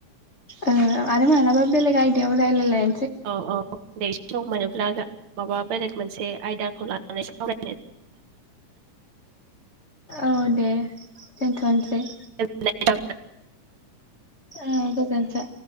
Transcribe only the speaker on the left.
ओ आरो मालाबा बेलेग आयदायाव रायलायलाय
औ दे। दोनथसै।
ओ गोजोनथों।